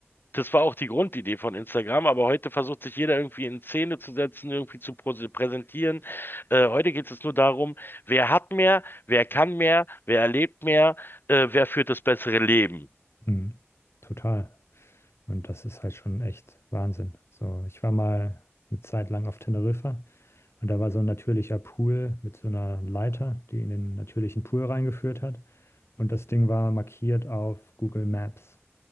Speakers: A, on the left; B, on the left.
A: Das war auch die Grundidee von Instagram, aber heute versucht sich jeder irgendwie in Szene zu setzen, irgendwie zu prose- präsentieren. Äh, heute geht es nur darum, wer hat mehr, wer kann mehr, wer erlebt mehr, äh, wer führt das bessere Leben.
B: Mhm. Total. Und das ist halt schon echt Wahnsinn. So, ich war mal eine Zeit lang auf Teneriffa und da war so ein natürlicher Pool mit so einer Leiter, die in den natürlichen Pool reingeführt hat. Und das Ding war markiert auf Google Maps.